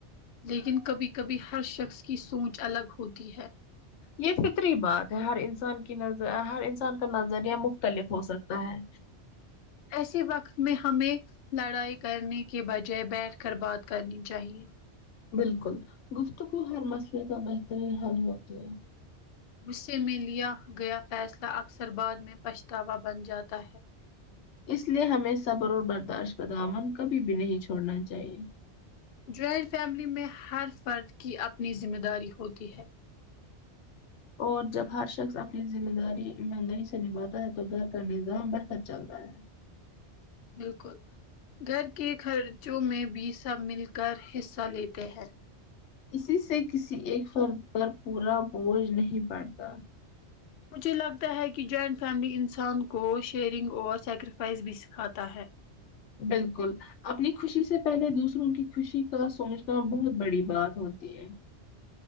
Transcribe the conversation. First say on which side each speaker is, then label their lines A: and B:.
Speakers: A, on the left (about 65°); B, on the left (about 80°).
A: لیکن کبھی کبھی ہر شخص کی سوچ الگ ہوتی ہے
B: یہ فطری بات ہے ہر انسان کی ن ہر انسان کا نظریہ مختلف ہو سکتا ہے
A: ایسے وقت میں ہمیں لڑائی کرنے کے بجائے بیٹھ کر بات کرنی چاہیے
B: بالکل گفتگو ہر مسئلے کا بہترین حل ہوتی ہے
A: غصے میں لیا گیا فیصلہ اکثر بعد میں پچھتاوا بن جاتا ہے
B: اس لیے ہمیں صبر اور برداشت کا دامن کبھی بھی نہیں چھوڑنا چاہیے
A: جوائنٹ فیملی میں ہر فرد کی اپنی ذمہ داری ہوتی ہے
B: اور جب ہر شخص اپنی ذمہ داری ایمانداری سے نبھاتا ہے تو گھر کا نظام بہتر چلتا ہے
A: بالکل گھر کے خرچوں میں بھی سب مل کر حصہ لیتے ہیں
B: اسی سے کسی ایک فرد پر پورا بوجھ نہیں پڑتا
A: مجھے لگتا ہے کہ جوائنٹ فیملی انسان کو شیئرنگ اور سیکریفائس بھی سکھاتا ہے
B: بالکل اپنی خوشی سے پہلے دوسروں کی خوشی کا سوچنا بہت بڑی بات ہوتی ہے